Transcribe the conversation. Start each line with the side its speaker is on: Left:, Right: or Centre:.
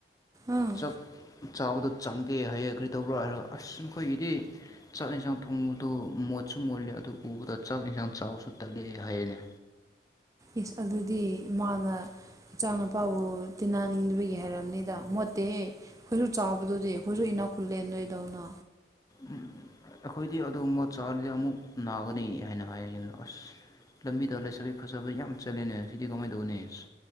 Right: ꯑꯥ
Left: ꯆꯞ ꯆꯥꯕꯗꯣ ꯆꯪꯗꯦ ꯍꯥꯏꯌꯦ ꯀ꯭ꯔꯤ ꯇꯧꯕ꯭ꯔꯥ ꯍꯥꯏꯔ ꯑꯁ ꯑꯩꯈꯣꯏꯒꯤꯗꯤ ꯆꯥꯛ ꯍꯦꯟꯁꯥꯡ ꯊꯣꯡꯕꯗꯨ ꯃꯣꯠꯁꯨ ꯃꯣꯠꯂꯦ ꯑꯗꯨ ꯎꯕꯗ ꯆꯥꯛ ꯍꯦꯟꯖꯥꯡ ꯆꯥꯕꯁꯨ ꯇꯜꯂꯦ ꯍꯥꯏꯌꯦꯅꯦ
Right: ꯏꯁ ꯑꯗꯨꯗꯤ ꯃꯥꯅ ꯏꯆꯥꯥ ꯅꯨꯄꯥꯕꯨ ꯇꯤꯟꯅꯅꯤꯡꯗꯕꯒꯤ ꯍꯥꯏꯔꯝꯅꯤꯗ ꯃꯣꯠꯇꯦꯍꯦ ꯑꯩꯈꯣꯏꯁꯨ ꯆꯥꯎꯕꯗꯨꯗꯤ ꯑꯩꯈꯣꯏꯁꯨ ꯏꯅꯥꯛ ꯈꯨꯜꯂꯦ ꯅꯣꯏꯗꯧꯅ꯫
Left: ꯎꯝ ꯑꯩꯈꯣꯏꯗꯤ ꯑꯗꯨꯒꯨꯝꯕ ꯆꯥꯔꯗꯤ ꯑꯃꯨꯛ ꯅꯥꯒꯅꯤ ꯍꯥꯏꯅ ꯍꯥꯏꯌꯦ ꯌꯨꯝꯗ ꯑꯁ꯫ ꯂꯝꯕꯤꯗ ꯂꯩꯥꯁꯕꯤ ꯐꯖꯕ ꯌꯥꯝ ꯆꯠꯂꯦꯅꯦ ꯁꯤꯗꯤ ꯀꯃꯥꯏ ꯇꯧꯅꯤ ꯑꯁ